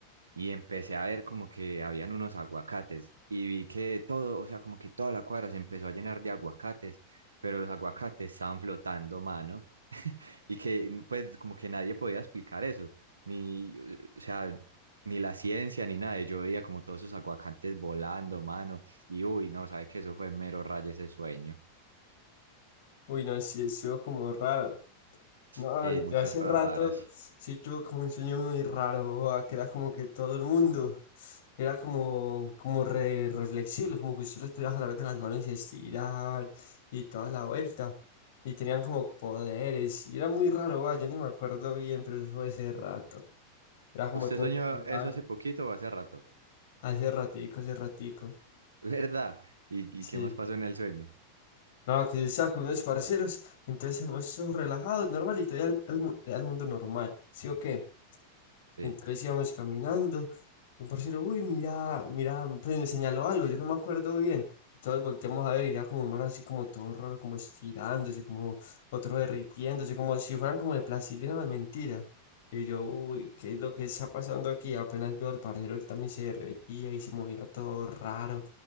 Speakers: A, on the right; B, on the left.
A: y empecé a ver como que habían unos aguacates y vi que todo, o sea, como que toda la cuadra se empezó a llenar de aguacates, pero los aguacates estaban flotando, mano. <laughs> Y que pues como que nadie podía explicar eso, ni, o sea, ni la ciencia ni nada. Y yo veía como todos esos aguacates volando, mano. Y uy, no, sabe que eso fue mero rayo ese sueño.
B: Uy, no, sí, estuvo como raro. No,
A: Sí,
B: yo
A: muchas
B: hace
A: cosas
B: rato
A: raras.
B: sí tuve como un sueño muy raro, boa, que era como que todo el mundo era como, como re- reflexible, como que usted los podía jalar de las manos y estirar y toda la vuelta. Y tenían como poderes, y era muy raro, boa, yo ni me acuerdo bien, pero eso fue hace rato. Era como
A: ¿Usted
B: todo
A: soñó
B: superado,
A: eso hace poquito o hace rato?
B: hace ratico, hace ratico.
A: <laughs> ¿Verdad? ¿Y,
B: Sí.
A: y qué más pasó en el sueño?
B: No, que yo estaba con unos parceros, entonces estamos todos relajados, normal, y todavía al, al mu- al mundo normal, ¿sí o qué?
A: Sí.
B: Entonces íbamos caminando. Un parcero, uy, mira, mira, pues me señaló algo, yo no me acuerdo bien. Todos volteamos a ver y era como un man así como todo raro, como estirándose, como otro derritiéndose, como si fueran como de plastilina o de mentira. Y yo, uy, ¿qué es lo que está pasando aquí? Apenas veo al parcero, él también se derretía y se movía todo raro.